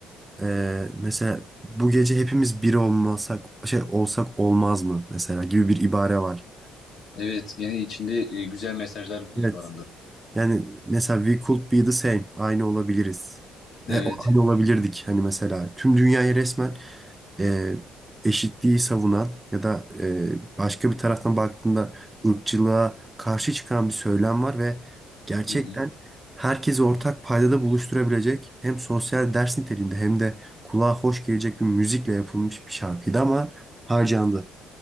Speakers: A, on the right; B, on the left.
A: e, mesela bu gece hepimiz bir olmasak şey olsak olmaz mı mesela gibi bir ibare var.
B: Evet gene içinde e, güzel mesajlar
A: Evet.
B: e, barındırıyor.
A: Yani mesela we could be the same. Aynı olabiliriz.
B: Evet.
A: Yani aynı olabilirdik hani mesela. Tüm dünyayı resmen e, eşitliği savunan ya da e, başka bir taraftan baktığında ırkçılığa karşı çıkan bir söylem var ve gerçekten
B: Hı hı.
A: herkesi ortak paydada buluşturabilecek hem sosyal ders niteliğinde hem de kulağa hoş gelecek bir müzikle yapılmış bir şarkıydı ama harcandı.